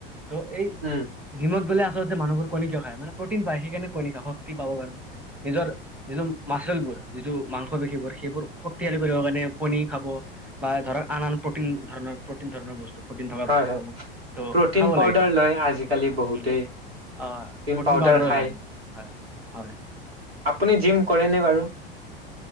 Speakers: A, in the centre; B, on the right.
A: ত' এই,
B: উম।
A: জিমত গ'লে <unintelligible> যে মানুহবোৰ কণী কিয় খায়! মানে, প্ৰটিন পায়। সেইকাৰণে, কণী খায় শক্তি পাব কাৰণে। নিজৰ যি মাচলবোৰ যিটো মাংস পেশীবোৰ, সেইবোৰ শক্তিশালী কৰিব কাৰণে, কণী খাব বা ধৰক আন, আন প্ৰ'টিন ধৰণৰ, প্ৰ'টিন ধৰণৰ বস্তু প্ৰটিন থকা
B: হয়
A: বস্তু
B: হয়
A: খাব। ত'
B: প্ৰটিন
A: খাব
B: পাউদাৰ
A: লাগে।
B: লয় আজিকালি বহুতেই।
A: উম আঁ প্ৰ'টিন
B: পাউদাৰ
A: পাউদাৰো
B: খায়।
A: লয়। হয়!
B: আপুনি জিম কৰেনে বাৰু?